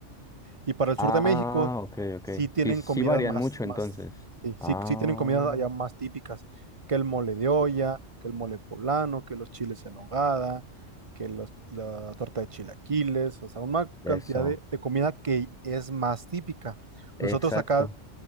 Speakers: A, on the right; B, in the centre.
A: Y para el
B: Ah,
A: sur de México,
B: ok, ok.
A: sí tienen
B: Sí, sí
A: comidas
B: varían
A: más,
B: mucho
A: más,
B: entonces.
A: sí,
B: Ah,
A: sí, sí tienen comidas allá más típicas, que el mole de olla, que el mole poblano, que los chiles en nogada, que los- la torta de chilaquiles, o sea, una
B: Eso,
A: cantidad de, de comida que es más típica.
B: exacto.
A: Nosotros acá,